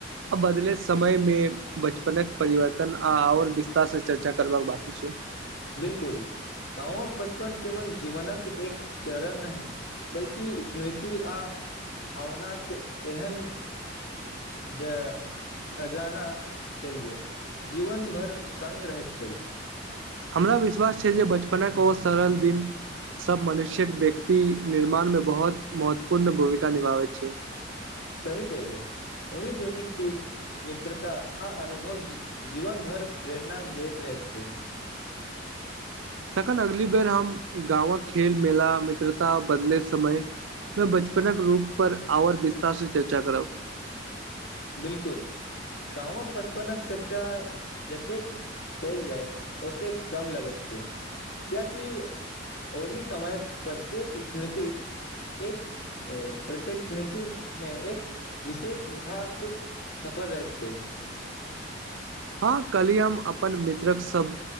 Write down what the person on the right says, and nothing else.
आ बदले समय मे बचपनक परिवर्तन आ आओर विस्तार से चर्चा करबाक बाकी छै
हमरा विश्वास छै जे बचपनक ओ सरल दिन सब मनुष्यक व्यक्ति निर्माण मे बहुत महत्वपूर्ण भूमिका निभाबै छै
तखन अगली बेर हम गाँवक खेल मेला मित्रता बदलइत समय में बचपनक रूप पर आओर विस्तार से चर्चा करब
हँ कलही हम अपन मित्रक सब